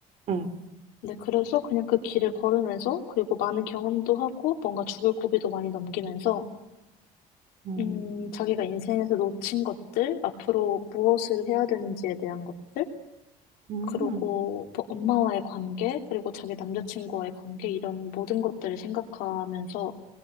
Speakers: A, on the right; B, on the left.
A: 응,
B: 근데 그래서 그냥 그 길을 걸으면서 그리고 많은 경험도 하고 뭔가 죽을 고비도 많이 넘기면서
A: 음,
B: 음, 자기가 인생에서 놓친 것들, 앞으로 무엇을 해야 되는지에 대한 것들,
A: 응, 음,
B: 그리고
A: 응,
B: 뭐 엄마와의 관계, 그리고 자기 남자친구와의 관계 이런 모든 것들을 생각하면서